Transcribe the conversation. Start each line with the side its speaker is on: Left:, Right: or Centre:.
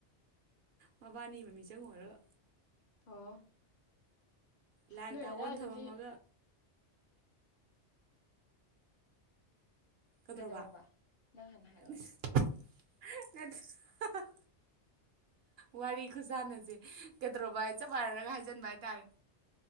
Right: ꯃꯕꯥꯅꯤ ꯃꯃꯤꯆꯪ ꯑꯣꯏꯔꯣ
Left: ꯑꯣ
Right: ꯂꯥꯏꯔꯤꯛ
Left: ꯅꯣꯏ
Right: ꯇꯥꯛꯑꯣꯅ
Left: ꯑꯗꯥꯏ ꯑꯗꯨꯗꯤ
Right: ꯊꯝꯃꯝꯃꯒ ꯀꯗꯦꯔꯕ
Left: ꯀꯩꯗꯧꯔꯕ ꯅꯪ ꯍꯥꯟꯅ ꯍꯥꯏꯔꯛꯑꯣꯅꯦ
Right: <unintelligible> ꯋꯥꯔꯤ ꯈꯨꯁꯥꯟꯅꯁꯦ ꯀꯩꯗꯧ ꯆꯞ ꯃꯥꯟꯅꯔꯒ ꯍꯥꯏꯖꯟꯕ ꯍꯥꯏꯇꯥꯔꯦ